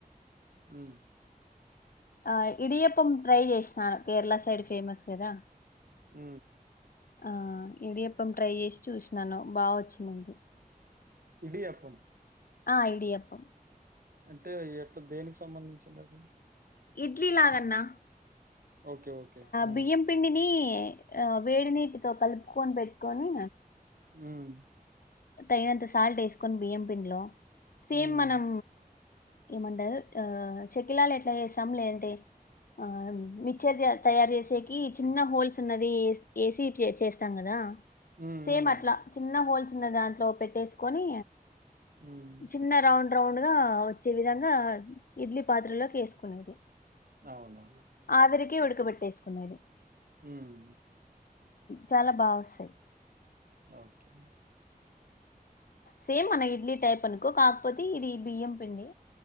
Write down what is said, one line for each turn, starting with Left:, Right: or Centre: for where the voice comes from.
Right: ఆ
Left: ఆ ఇడియప్పం ట్రై చేసినాను కేరళ సైడ్ ఫేమస్ కదా
Right: ఆ
Left: ఆ ఇడియప్పం ట్రై చేసి చూసినాను బాగా వచ్చింది
Right: ఇడి అప్పం
Left: ఆ ఇడి అప్పం
Right: అంటే ఎట్లా దేనికి సంబంధించింది అది
Left: ఇడ్లీ లాగన్నా
Right: ఓకే ఓకే ఆ
Left: బియ్యం పిండిని ఆ వేడి నీటితో కలుపుకొని పెట్టుకొని
Right: ఉమ్
Left: తగినంత సాల్ట్ వేసుకొని బియ్యం పిండి లో సేమ్
Right: ఉమ్
Left: మనం ఏమంటారు ఆ చెకిలాలు ఎట్లా చేస్తాం లేదంటే ఆ మిక్చర్ తయారు చేసేకి చిన్న హోల్స్ ఉన్నది వేసి చేస్తాం కదా
Right: ఉమ్
Left: సేమ్
Right: ఉమ్
Left: అట్లా చిన్న హోల్స్ ఉన్న దాంట్లో పెట్టేసుకొని
Right: ఉమ్
Left: చిన్న రౌండ్ రౌండ్ గా వచ్చే విధంగా ఇడ్లీ పాత్రలోకి వేసుకునేది
Right: అవునా
Left: ఆవిరికి ఉడకబెట్టేసుకునేది
Right: ఉమ్
Left: చాలా బాగా వస్తాయి
Right: ఓకే
Left: సేమ్ అన్న ఇడ్లీ టైప్ అనుకో కాకపోతే ఇది బియ్యం పిండి